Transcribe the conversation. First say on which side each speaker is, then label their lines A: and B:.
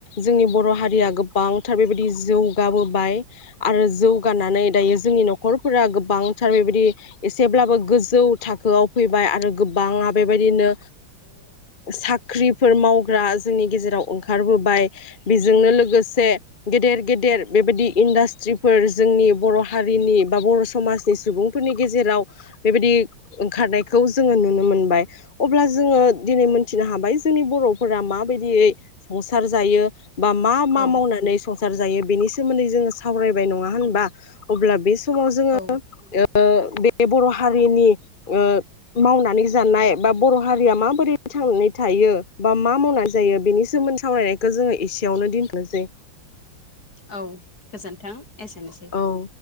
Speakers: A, on the left (about 35°); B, on the left (about 50°).
A: जोंनि बर' हारिया गोबांथार बेबायदि जौगाबोबाय आरो जौगानानै दायो जोंनि न'खर न'खरफोरा गोबांथार बेबायदि एसेब्लाबो गोजौ थाखोआव फैबाय आरो गोबाङा बेबायदिनो साख्रिफोर मावग्रा जोंनि गेजेराव ओंखारबोबाय बेजोंनो लोगोसे गेदेर गेदेर बेबायदि इन्डास्ट्रिफोर जोंनि बर' हारिनि बा बर' समाजनि सुबुंफोरनि गेजेराव बेबायदि ओंखारनायखौ जोङो नुनो मोनबाय अब्ला जोङो दिनै मोनथिनो हाबाय जोंनि बर'फोरा माबायदियै संसार जायो बा मा मा
B: औ
A: मावनानै सं सार जायो बेनि सोमोन्दै जोङो सावरायबाय नङा होनबा अब्ला बे समाव जोङो
B: औ
A: ओ ओ बे बर' हारिनि ओ मावनानै जानाय बा बर' हारिया माबोरै थांनानै थायो बा मा मावनानै जायो बेनि सोमोन्दै सावरायनायखौ जोङो एसेयावनो दोनथनोसै
B: औ गोजोन्थों एसेनोसै
A: औ